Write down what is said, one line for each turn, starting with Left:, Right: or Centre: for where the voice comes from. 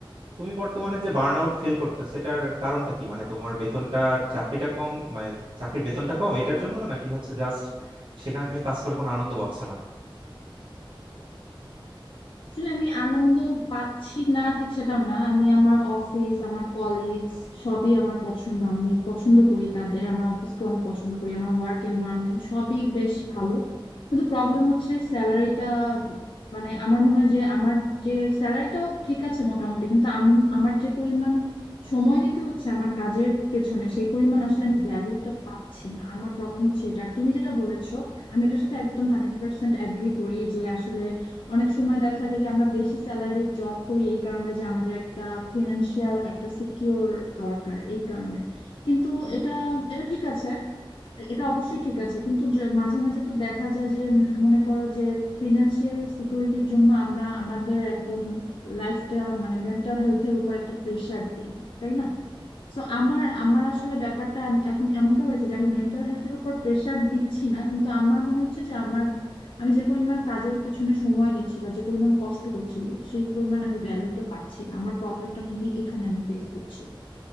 Right: তুমি বর্তমানে যে বার্ন আউট ফিল করতেছো এটার কারণটা কি মানে তোমার বেতনটা চাকরিটা কম মানে চাকরির বেতনটা কম এটার জন্য নাকি হচ্ছে জাস্ট সেখানে তুমি কাজ করে কোনো আনন্দ পাচ্ছ না
Left: আসলে আমি আনন্দ পাচ্ছি না ঠিক সেটা না আমি আমার অফিস আমার কলিগস সবই আমার পছন্দ আমি পছন্দ করি তাদের আমার অফিসকে আমি পছন্দ করি আমার ওয়ার্ক এনভায়রনমেন্ট সবই বেশ ভালো কিন্তু প্রবলেম হচ্ছে স্যালারিটা মানে আমার মনে হয় যে আমার যে স্যালারিটাও ঠিক আছে মোটামুটি কিন্তু আম- আমার যে পরিমাণ সময় দিতে হচ্ছে আমার কাজের পেছনে সেই পরিমাণ আসলে আমি ভ্যালুটা পাচ্ছি না আমার প্রবলেম হচ্ছে এটা আর তুমি যেটা বলেছো আমি এটার সাথে একদম হান্ড্রেড পার্সেন্ট অ্যাগ্রি করি যে আসলে অনেক সময় দেখা যায় যে আমরা বেশি স্যালারির জব করি এই কারণে যে আমাদের একটা ফিনান্সিয়াল একটা সিকিউর দরকার এই কারণে কিন্তু এটা এটা ঠিক আছে এটা অবশ্যই ঠিক আছে কিন্তু যে মাঝে মাঝে তো দেখা যায় যে উম, মনে করো যে ফিনান্সিয়াল সিকিউরিটির জন্য আমরা আমাদের একদম লাইফটা মানে মেন্টাল হেলথের উপর একটা প্রেশার দিই তাই না তো আমার আমার আসলে ব্যাপারটা এম- এখন এমনটা হয়েছে যে আমি মেন্টাল হেলথের উপর প্রেসার দিচ্ছি না কিন্তু আমার মনে হচ্ছে যে আমার আমি যে পরিমাণ কাজের পেছনে সময় দিচ্ছি বা যে পরিমাণ কষ্ট করছি সেই পরিমাণ আমি ভ্যালুটা পাচ্ছি না আমার প্রবলেমটা মেনলি এখানে আমি ফেস করছি